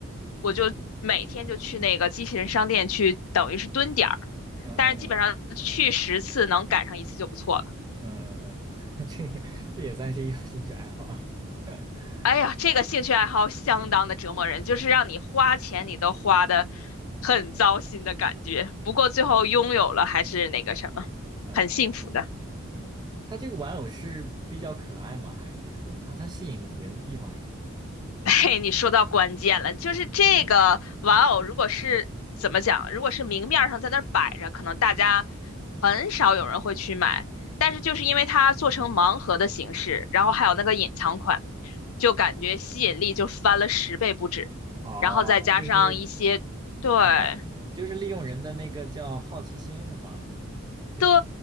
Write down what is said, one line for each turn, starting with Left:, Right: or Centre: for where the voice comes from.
Left: 我就每天就去那个机器人商店去，等于是蹲点儿，
Right: 嗯嗯嗯嗯嗯。
Left: 但是基本上去十次能赶上一次就不错了。
Right: 嗯嗯嗯嗯，<laughs> 这个这也算是一种兴趣爱好啊。<laughs>
Left: 哎呀，这个兴趣爱好相当的折磨人，就是让你花钱你都花的很糟心的感觉。不过最后拥有了还是那个什么，
Right: 嗯嗯
Left: 很幸福的。
Right: 嗯，它这个玩偶是比较可爱吗？还是说它它吸引人的地方是什么呢？
Left: <laughs> 嘿，你说到关键了，就是这个玩偶，
Right: 嗯，
Left: 如果是怎么讲，如果是明面儿上在那儿摆着，可能大家很少有人会去买。但是就是因为它做成盲盒的形式，然后还有那个隐藏款，就感觉吸引力就翻了十倍不止。
Right: 哦，
Left: 然后再加上一些，
Right: 就是
Left: 对。
Right: 嗯嗯，就是利用人的那个叫好奇心是吗？这个，
Left: 对，